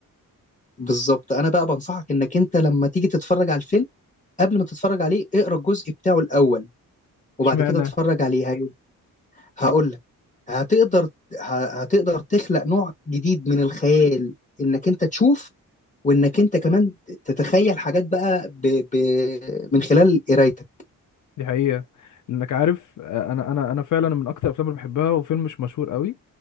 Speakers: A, on the left; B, on the left.
A: بالظبط انا بقى بنصحك انك انت لما تيجي تتفرج على الفيلم قبل ما تتفرج عليه اقرا الجزء بتاعه الاول وبعد
B: اشمعنى
A: كده اتفرج عليه هي- هقول لك هتقدر ه- هتقدر تخلق نوع جديد من الخيال انك انت تشوف وانك انت كمان تتخيل حاجات بقى ب... ب... من خلال قرايتك
B: دي حقيقه لانك عارف آه، انا انا انا فعلا من اكتر الافلام اللي بحبها وفيلم مش مشهور قوي